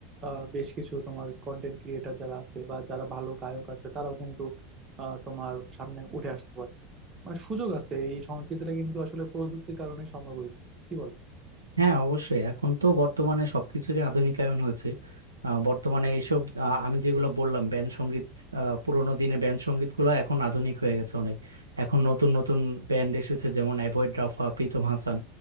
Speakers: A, on the right (about 30°); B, on the right (about 85°).
A: আহ, বেশ কিছু তোমার কন্টেন্ট ক্রিয়েটার যারা আছে বা যারা ভালো গায়ক আছে তারাও কিন্তু আহ, তোমার সামনে উঠে আসতে পারে মানে সুযোগ আছে এই সংস্কৃতিটা কিন্তু আসলে প্রযুক্তির কারণেই সম্ভব হয়েছে কি বল
B: হ্যাঁ অবশ্যই এখন তো বর্তমানে সবকিছুরই আধুনিকায়ন হয়েছে আহ, বর্তমানে এইসব আহ, আমি যেগুলো বললাম ব্যান্ড সঙ্গীত আহ, পুরোনো দিনে ব্যান্ড সঙ্গীত গুলো এখন আধুনিক হয়ে গেছে অনেক এখন নতুন নতুন ব্যান্ড এসেছে যেমন অ্যাভয়েড রাফা প্রীতম হাসান